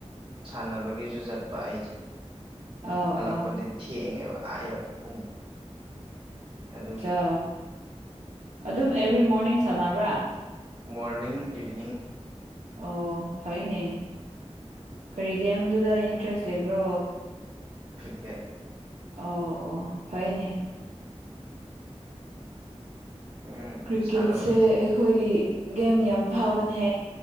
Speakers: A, on the right; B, on the right.
A: ꯁꯥꯟꯅꯕꯒꯤꯁꯨ ꯆꯠꯄ ꯑꯩꯁꯦ
B: ꯑꯧ
A: ꯍꯜꯂꯛꯄꯗꯤ
B: ꯑꯣ
A: ꯊꯦꯡꯉꯦꯕ ꯑꯌꯦꯕ ꯄꯨꯡ ꯑꯗꯨ
B: ꯑ ꯑꯗꯨꯝ ꯑꯦꯕ꯭ꯔꯤ ꯃꯣꯔꯅꯤꯡ ꯁꯥꯟꯅꯕ꯭ꯔꯥ
A: ꯃꯣꯔꯅꯤꯡ ꯏꯚꯅꯤꯡ
B: ꯑꯣ ꯐꯩꯅꯦ ꯀꯔꯤ ꯒꯦꯝꯗꯨꯗ ꯏꯟꯇꯔꯦꯁ ꯂꯩꯕ꯭ꯔꯣ
A: ꯀ꯭ꯔꯤꯀꯦꯠ
B: ꯑꯣ ꯑꯣ ꯐꯩꯅꯦ
A: ꯎꯝ
B: ꯀ꯭ꯔꯤꯛꯀꯦꯠꯁꯦ
A: ꯁꯥꯟꯅꯕ
B: ꯑꯩꯈꯣꯏꯒꯤ ꯒꯦꯝ ꯌꯥꯝ ꯐꯥꯕꯅꯦ